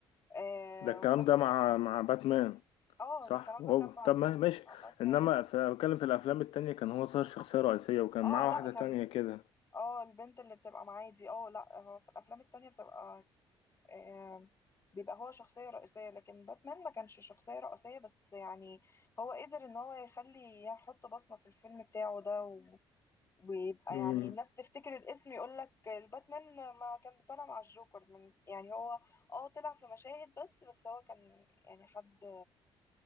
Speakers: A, on the left (about 30°); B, on the left (about 75°).
A: آه
B: ده الكلام
A: وكان
B: ده
A: بس
B: مع مع باتمان
A: اه
B: صح
A: ده الكلام
B: وهو
A: ده كان مع
B: طب ما ماشي
A: مع باتمان
B: انما ف- بتكلم في الافلام التانية كان هو صار شخصية رئيسية وكان
A: اه
B: معاه
A: لا
B: واحدة
A: كان
B: تانية كده
A: اه البنت اللي بتبقى معاه دي اه لا هو في الافلام التانية بتبقى آه، بيبقى هو شخصية رئيسية لكن باتمان ما كانش شخصية رئيسية بس يعني هو قدر ان هو يخلي يحط بصمة في الفيلم بتاعه ده و- ويبقى
B: امم
A: يعني الناس تفتكر الاسم يقول لك الباتمان ما كان بيطلع مع الجوكر من يعني هو اه طلع في مشاهد بس بس هو كان يعني حد